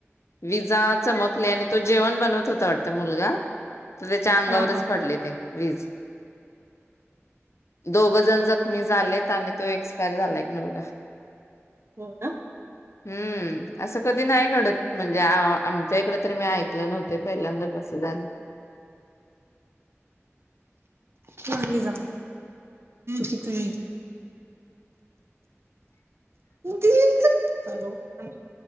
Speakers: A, on the left; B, on the right.
A: विजा चमकले आणि तो जेवण बनवत होता वाटत मुलगा..... तर त्याच्या अंगावरच
B: हा
A: पडले ते. वीज दोघ जण जखमी झालेत आणि तो एक्सपायर झालाय एक मुलगा.
B: हो ना
A: हम्म, असं कधी नाही घडत म्हणजे आमच्या इकड तरी मी ऐकलं नव्हते पहिल्यांदा तसं झालं.
B: तु हली जा की तुझी दे हॅलो हम